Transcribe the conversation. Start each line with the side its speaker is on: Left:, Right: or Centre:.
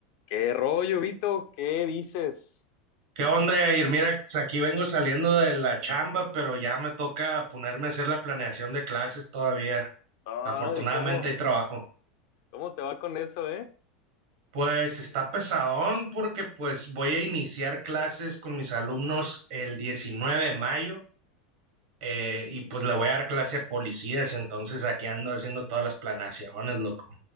Left: ¿Qué rollo, Vito? ¿Qué dices?
Right: ¿Qué onda, Yair? Mira, pues, aquí vengo saliendo de la chamba, pero ya me toca ponerme a hacer la planeación de clases todavía.
Left: Ay,
Right: Afortunadamente
Left: ¿cómo,
Right: hay trabajo.
Left: cómo te va con eso, eh?
Right: Pues está pesadón porque pues voy a iniciar clases con mis alumnos el 19 de mayo eh, y pues le voy a dar clase a policías, entonces aquí ando haciendo todas las planeaciones, loco.